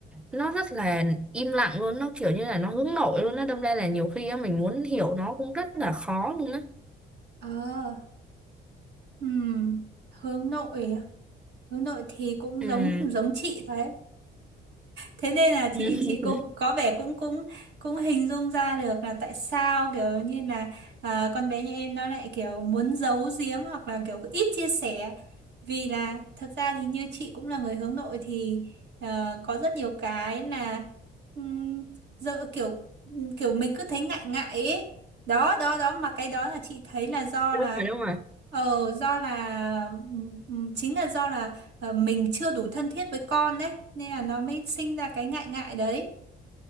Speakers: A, in the centre; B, on the right (about 70°).
A: nó rất là im lặng luôn nó kiểu như là nó hướng nội luôn á đâm ra là nhiều khi á, mình muốn hiểu nó cũng rất là khó luôn á
B: ờ ừ hướng nội à? hướng nội thì cũng
A: ừ
B: giống giống chị đấy thế nên là chị
A: <laughs>
B: chị cũng có vẻ cũng cũng cũng hình dung ra được là tại sao kiểu như là à, con bé nhà em nó lại kiểu muốn giấu giếm hoặc là kiểu ít chia sẻ vì là thật ra thì như chị cũng là người hướng nội thì ờ, có rất nhiều cái là um, dợ kiểu kiểu mình cứ thấy ngại ngại ấy đó đó đó mà cái đó là chị thấy là do
A: đúng
B: là
A: rồi đúng rồi
B: ờ do là ừm, ừm, chính là do là ờ, mình chưa đủ thân thiết với con đấy nên là nó mới sinh ra cái ngại ngại đấy